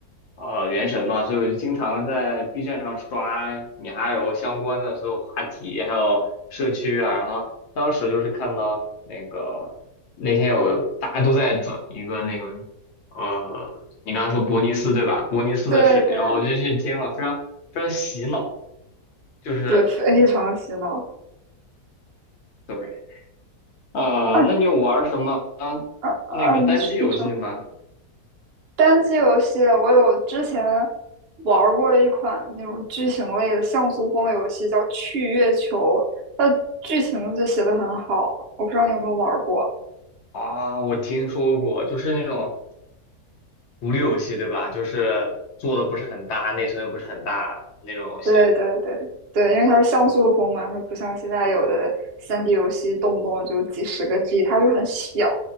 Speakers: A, on the left (about 55°); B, on the right (about 75°).
A: 呃原神嘛，所以我就经常在 B 站上刷米哈游相关的所有话题，还有社区啊。然后当时就是看到那个那天有大家都在转一个那个呃，你刚才说伯尼斯对吧？伯尼斯的视频，
B: 对对
A: 然后我就去听了，非常非常洗脑，就是。
B: 对，非常洗脑。
A: 对。啊，
B: 嗯嗯
A: 那你有玩什么
B: 嗯，啊你说你说，
A: 那个单机游戏吗？
B: 单机游戏，我有之前玩儿过一款那种剧情类的像素风的游戏，叫《去月球》，它的剧情就写的很好。我不知道你有没有玩儿过？
A: 啊，我听说过，就是那种独立游戏，对吧？就是做的不是很大，内存也不是很大那种游戏。
B: 对对对对，因为它是像素风嘛，它不像现在有的三 d 游戏动不动就几十个 G，它就很小，